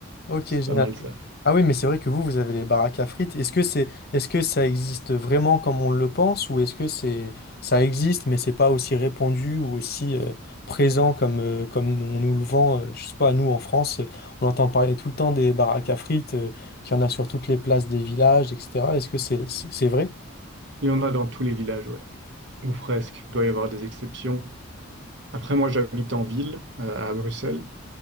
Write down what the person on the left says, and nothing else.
ok,
génial.
Ah oui, mais c'est vrai que vous, vous avez les baraques à frites. Est-ce que c'est, est-ce que ça existe vraiment comme on le pense, ou est-ce que c'est, ça existe, mais c'est pas aussi répandu ou aussi euh, présent comme, euh, comme on nous le vend, euh, je sais pas, nous en France, euh, on entend parler tout le temps des baraques à frites, euh, qu'il y en a sur toutes les places des villages, etc. Est-ce que c'est, c'est c'est vrai?